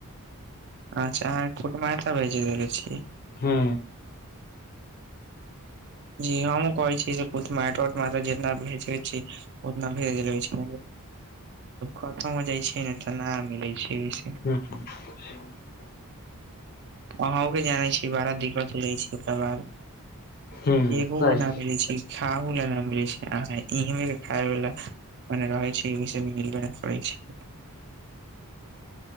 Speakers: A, on the right; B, on the left.
A: अच्छा अहाँ कुट मारा भेज देल छी।
B: हू।
A: जी हँ हमु कहै छी से कुट मार्टट म जितना भेज छी उतना भेज ले छी ख़तम हो जई छै ने तऽ न मिलै छै।
B: <unintelligible>
A: अहूं के जानै छीै बड़ा दिक्कत लौ छै ओकर बाद।
B: हूँ
A: एगो
B: सही
A: व न मिलै छै। खाहुला न मिले छी अहा इमका खाायवला। ओने रहै छै एहि सब मिलबे नई कराई छै। <inaudible>